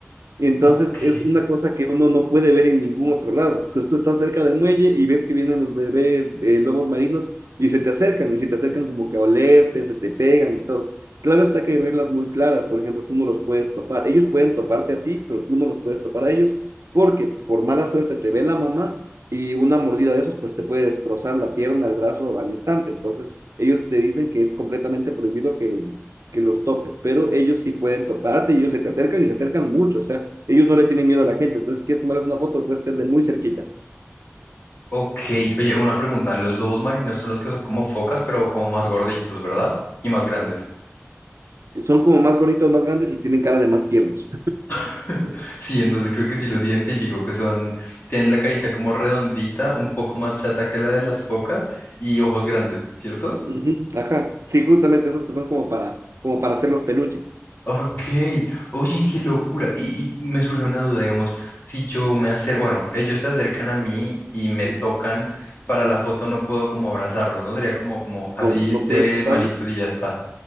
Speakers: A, on the right; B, on the left.
A: Entonces
B: Ok.
A: es una cosa que uno no puede ver en ningún otro lado. Entonces tú estás cerca del muelle y ves que vienen los bebés eh, lobos marinos y se te acercan y se te acercan como que a olerte, se te pegan y todo. Claro está que hay reglas muy claras, por ejemplo, tú no los puedes topar. Ellos pueden toparte a ti, pero tú no los puedes topar a ellos porque por mala suerte te ve la mamá y una mordida de esos pues te puede destrozar la pierna, el brazo al instante. Entonces ellos te dicen que es completamente prohibido que, que los topes, pero ellos sí pueden toparte y ellos se te acercan y se acercan mucho, o sea, ellos no le tienen miedo a la gente. Entonces, si quieres tomarles una foto, lo puedes hacer de muy cerquita.
B: Ok, oye, una pregunta. Los lobos marinos son los que son como focas, pero como más gorditos, ¿verdad? Y más grandes.
A: Son como más gorditos, más grandes y tienen cara de más tiernos.
B: <laughs> Sí, entonces creo que sí los identifico, que son, tienen la carita como redondita, un poco más chata que la de las focas y ojos grandes, ¿cierto?
A: Ujú, Ajá. Sí, justamente esos que son como para, como para hacerlos peluche.
B: Ok, oye, qué locura. Y, y me surge una duda, digamos, si yo me acerco, bueno, ellos se acercan a mí y me
A: Ujú.
B: tocan, para la foto no puedo como abrazarlos, ¿no? Sería como, como así
A: No, no
B: de
A: puedes toparlos.
B: manitos y ya está.